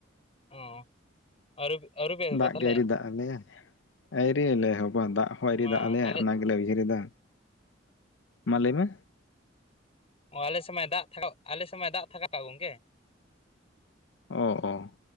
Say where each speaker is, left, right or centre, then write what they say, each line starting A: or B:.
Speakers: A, on the left (about 35°); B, on the left (about 75°).
A: ᱚᱻ ᱾ ᱟᱹᱣᱨᱤᱯ ᱟᱹᱣᱨᱤ ᱯᱮ? ᱮᱦᱚᱵᱟ
B: ᱫᱟᱜ
A: ᱛᱟᱦᱚᱞᱮ
B: ᱜᱮ ᱟᱹᱭᱨᱤ ᱫᱟᱜ ᱟᱞᱮᱭᱟ ᱟᱹᱭᱨᱤᱭ ᱞᱮᱦᱚᱵᱟ ᱫᱟᱜ ᱦᱚᱸ ᱟᱹᱭᱨᱤ
A: ᱢᱟ
B: ᱫᱟᱜ ᱟᱞᱮᱭᱟᱭ
A: ᱟᱞᱮ
B: ᱚᱱᱟ ᱞᱮ ᱩᱭᱦᱟᱹᱨᱮᱫᱟ, ᱢᱟ ᱞᱟᱹᱭ ᱢᱮ?
A: ᱚ ᱟᱞᱮ ᱥᱮᱜ ᱢᱟᱭ ᱫᱟᱜ ᱪᱷᱟᱲᱚᱜ ᱟᱞᱮ ᱥᱮᱜ ᱢᱟᱭ ᱫᱟᱜ ᱛᱷᱟᱠᱟᱣ ᱜᱚᱝᱠᱮ
B: ᱚ -ᱚ ᱾